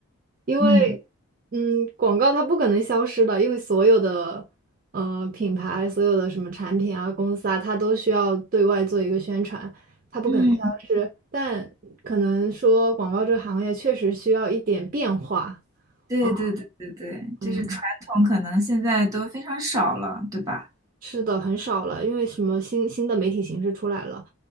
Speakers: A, on the right; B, on the right.
A: 因为嗯，
B: 嗯。
A: 广告它不可能消失的，因为所有的呃品牌、所有的什么产品啊、公司啊，它都需要对外做一个宣传，它不可能消失。
B: 嗯，
A: 但可能说广告这个行业确实需要一点变化。
B: 对对对对对，
A: 嗯，嗯
B: 就是传统可能现在都非常少了，对吧？
A: 是的，很少了，因为什么新新的媒体形式出来了，